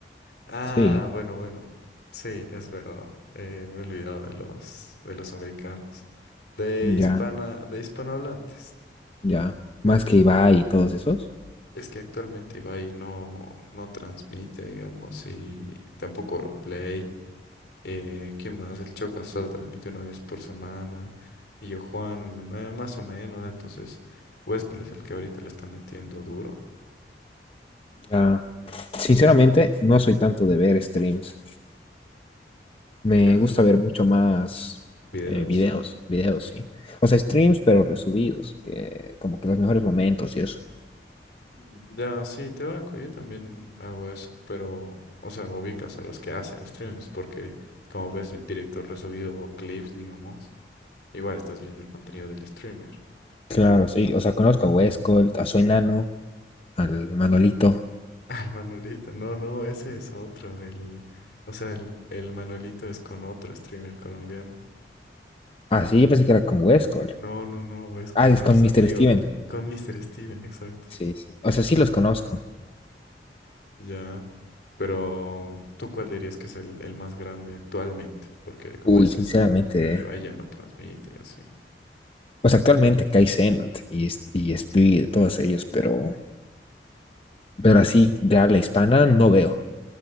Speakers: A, on the left (about 70°); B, on the left (about 30°).
A: Ah,
B: Sí,
A: bueno, bueno. Sí, es verdad. Eh, me he olvidado de los, de los americanos. De hispana,
B: ya,
A: de hispanohablantes.
B: ya. Más que Ibai y todos esos.
A: Es que actualmente Ibai no, no transmite, digamos, y tampoco Play. Eh, ¿qué más? El Choca solo transmite una vez por semana. Y yo, Juan, eh, más o menos. Entonces, Huesco es el que ahorita le está metiendo duro.
B: Ya. Sinceramente, no soy tanto de ver streams. Me
A: Ya,
B: gusta ver mucho más
A: videos.
B: eh, videos, videos, sí. O sea, streams, pero resubidos, que como que los mejores momentos y eso.
A: Mm, Ya, sí, te banco. Yo también hago eso. Pero, o sea, ubicas a los que hacen streams. Porque, como ves, directo resubido o clips, digamos, igual estás viendo el contenido del streamer. <laughs>
B: Claro, sí. O sea, conozco a Westcold, a su enano, al Manolito.
A: Ah, el Manolito. No, no, ese es otro. El, o sea, el, el Manolito es con otro streamer colombiano.
B: Ah, sí, yo pensé que era con Westcold.
A: No, no, no, Westcol
B: Ah, es
A: es
B: con Mr.
A: amigo
B: Steven.
A: del... Con Mr. Steven, exacto.
B: Sí, sí. O sea, sí los conozco.
A: Ya. Pero, mm, ¿tú cuál dirías que es el, el más grande actualmente? Porque, como
B: Uy,
A: dices,
B: sinceramente,
A: Ibai
B: eh.
A: ya no transmite y así.
B: Pues actualmente Kai Cenat y, S- y Speed, todos ellos, pero, pero así de habla hispana no veo,